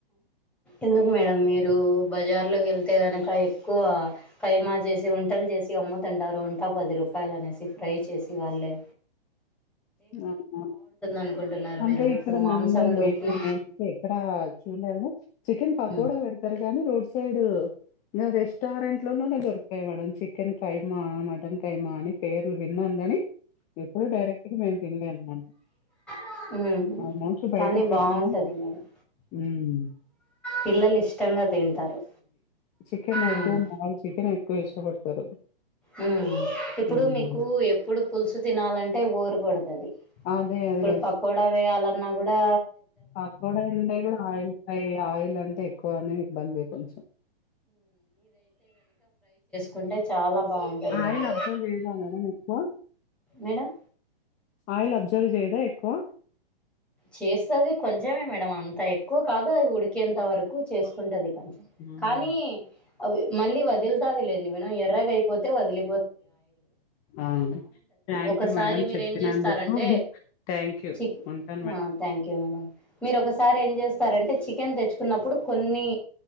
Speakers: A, in the centre; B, on the left (about 25°).
A: ఎందుకు మేడం మీరు బజార్లో వెళ్తే గనక ఎక్కువ కైమా చేసి వంటలు చేసి అమ్ముతుంటారు వంట పది రూపాయల్ అనేసి ఫ్రై చేసి వాళ్లే
B: అవునా
A: అనుకుంటున్నారు
B: అంటే
A: మీరు
B: ఇక్కడ
A: ఇప్పుడు మాంసంలోకి
B: నంద్యాలలో <unintelligible> ఎక్కడ చూడలేదు చికెన్ పకోడా
A: ఉమ్
B: పెడతారు గానీ రోడ్ సైడ్ గా రెష్ రెస్టారెంట్ల లోనూనె దొరుకుతాయి madam chicken keema mutton keema అని పేర్లు విన్నాను గని ఎప్పుడు డైరెక్ట్ గా మేము తినలే అనమాట
A: ఉమ్
B: అవునా <unintelligible> బయట
A: కానీ
B: తినను
A: బాగుంటది మేడం
B: ఉమ్ <unintelligible>
A: పిల్లలు ఇష్టంగా తింటారు
B: చికెన్ అయితే
A: ఉమ్
B: మ తేనె ఎక్కువ ఇష్టపడతారు
A: ఉహ్మ్ ఇప్పుడు
B: హ్మ్.
A: మీకు ఎప్పుడు పులుసు తినాలంటే బోర్ కొడతది
B: అదే. అదే.
A: ప్పుడు పకోడా వేయాలన్నా గుడా
B: పకోడాలంటే ఆయిల్ ఫ్రై ఆయిల్ అంటే ఎక్కువ అనే ఇబ్బంది కొంచెం
A: కొంటే చాలా బాగుంటది
B: ఆయిల్
A: మేడం
B: అబ్జర్వ్ చేయదా మేడం ఎక్కువ
A: మేడం
B: ఆయిల్ అబ్జర్వ్ చే ఎ ఎక్కువ
A: చేస్తది కొంచమే మేడం అంత ఎక్కువ కాదు అది ఉడికేంత వరకు చేసుకుంటది.
B: హ్మ్
A: కానీ మళ్ళీ వదులుతాది లేండి మేడం ఎర్రగయిపోతే వదిలి
B: ఆ అండి థాంక్యూ
A: ఒకసారి
B: మేడం
A: మీరు
B: చెప్పినందుకు
A: ఏం చేస్తారంటే
B: థాంక్ క్యూ
A: చిక్
B: ఉంటా
A: ఆ థాంక్యూ మేడం మీరు ఒకసారి ఏం చేస్తారంటే చికెన్ తెచ్చుకున్నప్పుడు కొన్ని